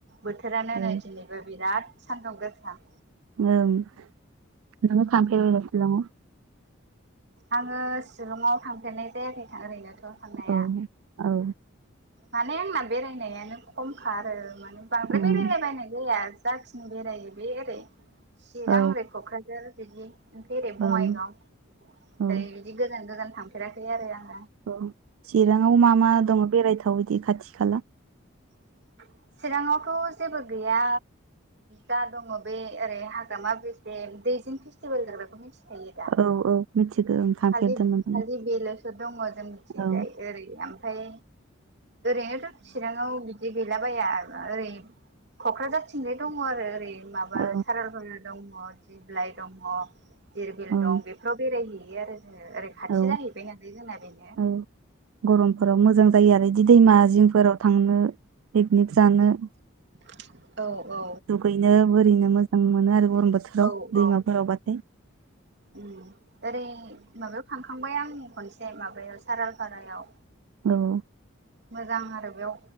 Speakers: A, on the right; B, on the right.
A: बोथोरानो
B: औ
A: नै दिनैबो बिराद सान्दुं गोसा।
B: ओं नों थांफेरबाय दा सिलंआव?
A: आङो शिलंआव थांफेरनाय जायाखै थां ओरैनोथ' थांनाया
B: औ औ।
A: माने आंना बेरायनायानो खमखा आरो माने बांद्राय
B: उम
A: बेरायला बायनाय जाया। जाखिनि बेरायो बे ओरै चिरां
B: औ
A: ओरै क'क्राझार बिदि। ओमफ्राय ओरै बङाइगाव
B: ओं
A: ओरै
B: औ
A: बिदि गोजान गोजान थांफेराखै आरो आं।
B: औ चिराङाव मा मा दङ बेरायथाव बिदि खाथि खाला?
A: <inaudible> चिराङावथ' जेबो गैया। जा दङ बे ओरै हाग्रामा ब्रिज बे दैजिं फेस्टिभेल जाग्राखौ मिथि खायो दा
B: औ औ मिथिगौ ओं थांफेरदोंमोन
A: खालि खालि बेल'सो दङ जों मिथिजाय
B: औ
A: ओरै आ मफाय ओरैनोथ' चिराङाव बिदि गैलाबाया ओरोना ओरै क'क्राझारथिंलाय दङ आरो ओरै माबा
B: औ
A: साराल भ दङ दिग्लाइ दङ दिरबिल
B: ओं
A: दं बेफोराव बेरायहैयो आरो। ओ ओरै खाथि
B: औ
A: जाहैबाय नालाय जोंना बेनो
B: औ गरमफोराव मोजां जायो आरो बिदि दैमा जिंफोराव थांनो बे निख जानो
A: <inaudible> औ
B: दुगैनो बोरैनो मोजां मोनो आरो गरम बोथोराव
A: औ औ
B: दैमाफोराव बाथाय।
A: उम ओरै माबायाव थांखांबाय आं खन से माबायाव सारालपारायाव।
B: औ
A: मोजां आरो बेयाव